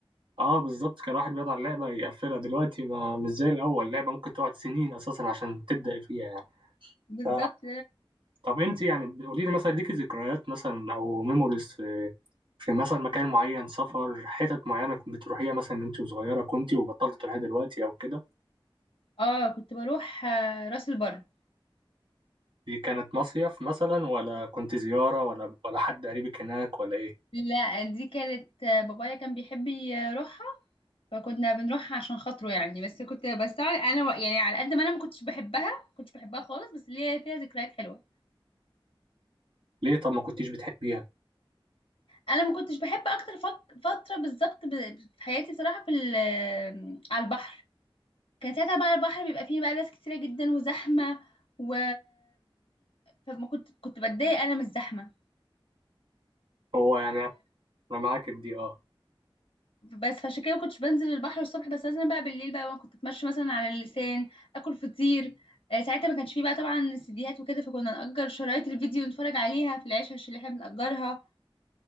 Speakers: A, on the right; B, on the left.
A: اه بالظبط كان الواحد بيقعد على اللعبه يقفلها دلوقتي ما مش زي الاول اللعبه ممكن تقعد سنين اساسا عشان تبدا فيها يعني
B: بالظبط
A: ف طب انت يعني قولي لي مثلا ليكي ذكريات مثلا او ميموريز في في مثلا مكان معين سفر حتت معينه كنت بتروحيها مثلا انت وصغيره كنت وبطلت تروحيها دلوقتي او كده
B: اه كنت بروح آه، راس البر
A: دي كانت مصيف مثلا ولا كنت زياره ولا ولا حد قريبك هناك ولا ايه
B: لا دي كانت آه، بابايا كان بيحب يروحها فكنا بنروحها عشان خاطره يعني بس كنت بس انا و- يعني على قد ما انا ما كنتش بحبها كنتش بحبها خالص بس ليا فيها ذكريات حلوه
A: ليه طب ما كنتيش بتحبيها
B: انا ما كنتش بحب اكتر فك- فتره بالظبط ب- في حياتي بصراحه في ال- آه، على البحر كان ساعتها بقى البحر بيبقى فيه بقى ناس كتيره جدا وزحمه و فما كنت كنت بتضايق انا من الزحمه
A: هو يعني انا معاك في دي اه
B: بس فعشان كده ما كنتش بنزل البحر الصبح بس مثلا بقى بالليل بقى كنت اتمشى مثلا على اللسان اكل فطير آه، ساعتها ما كانش فيه بقى طبعا سيديهات وكده فكنا نأجر شرايط الفيديو نتفرج عليها في العيشة اللي احنا بنأجرها